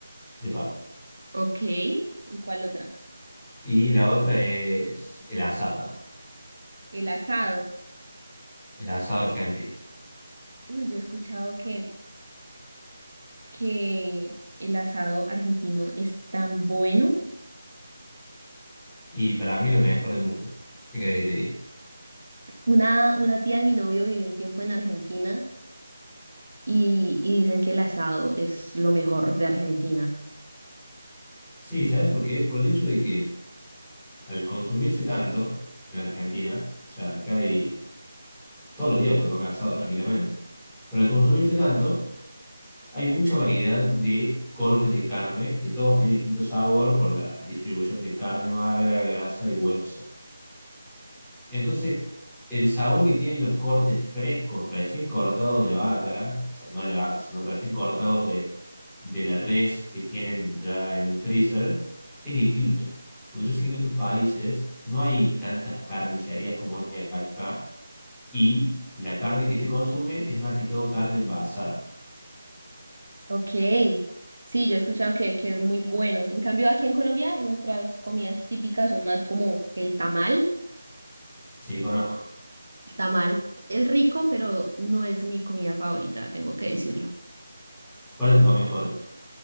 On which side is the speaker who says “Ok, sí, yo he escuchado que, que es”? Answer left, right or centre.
Right